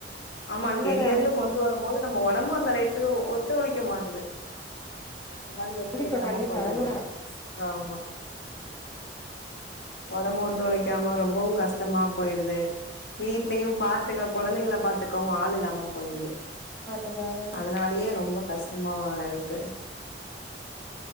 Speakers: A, on the left; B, on the left.
A: ஆமா
B: உண்மதான்க்கா
A: கரியர்ன்னு கொண்டு வரும்போது நம்ம உடம்பு அந்த லையத்துக்கு ஒத்துழிக்க மாட்ட து இந்த மாதிரி ஒத்து
B: கண்டிப்பா
A: உழைக்காம
B: கண்டிப்பா
A: போயிடுது
B: அதுல உண்மை.
A: ஆமா உடம்பு
B: ஆமா
A: ஓத்துழைக்காம ரொம்பவு கஷ்ட சுத்தமா போயிடுது வீட்லயு பாத்துக்க குழந்தைங்கள பாத்துக்கவு ஆள் இல்லாம போயிடுது
B: அதா அதா
A: அதனாலயே ரொம்ப கஷ்டமா இருக்கு